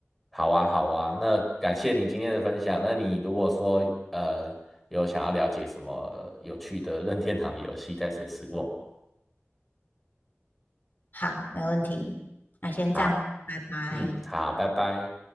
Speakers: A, in the centre; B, on the left (about 45°).
A: 好啊，好啊，那感谢你今天的分享。那你如果说呃有想要了解什么有趣的任天堂的游戏，再随时问我。
B: 好，没问题。那先这样，
A: 好。
B: 拜拜。
A: 嗯，好，拜拜。